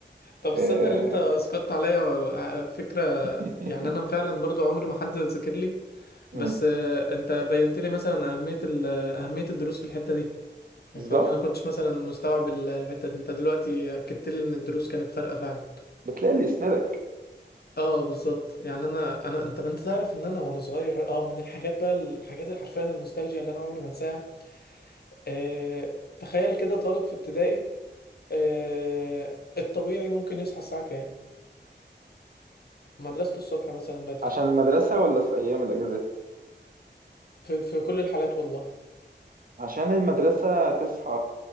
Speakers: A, on the left; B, on the right.
A: طب
B: آه،
A: تصدق اللي انت اسقطت عليا فكرة
B: <laughs>
A: يعني انا فعلا برضو عمري ما حد ذاكر لي
B: مم.
A: بس آه، انت بينت لي مثلا اهمية ال- اهمية الدروس في الحتة دي يعني
B: بالظبط
A: فاهم انا كنتش مثلا مستوعب ال- الحتة دي انت دلوقتي اكدت لي ان الدروس كانت فارقة فعلا
B: بتلاقي اللي يسندك
A: اه بالظبط يعني انا انا انت ما انت تعرف ان انا وانا صغير اه من الحاجات بقى الحاجات اللي حرفيا النوستالجيا اللي انا عمري ما انساها آه تخيل كده طالب في ابتدائي آه الطبيعي ممكن يصحى الساعه كام مدرسته الصبح مثلا بدري
B: عشان المدرسة ولا في أيام الأجازات
A: في في كل الحالات والله
B: عشان المدرسة تصحى